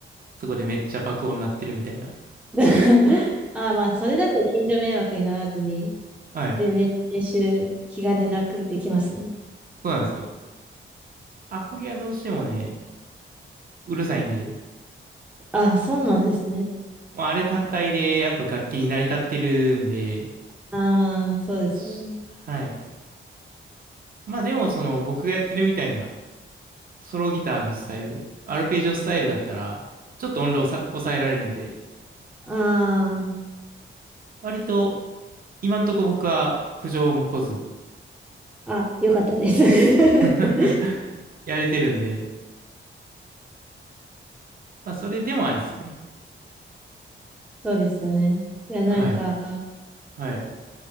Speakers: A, on the right (about 45°); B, in the centre.
A: そこでめっちゃ爆音鳴ってるみたいな。
B: <laughs> ああ、まあ、それだったら近所迷惑にならずに、
A: はい。
B: 全然練習、気兼ねなくできますね。
A: そうなんですよ。アコギはどうしてもね、うるさいんで、
B: ああ、そうなんですね。
A: まああれ単体でやっぱ楽器に成り立ってるんで、
B: ああ、まあ、そうですよね。
A: しはい。まあでもその僕がやってるみたいなソロギターのスタイル、アルペジオスタイルだったら、ちょっと音量さ抑えられるんで、
B: あ
A: 割と今んとこ僕は苦情も来ず
B: あ、あ、よかったです。
A: <laughs>
B: <laughs>
A: やれてるんで、まあ、それでもありっすね。
B: そうですよね。いや、なんか、
A: はい。はい。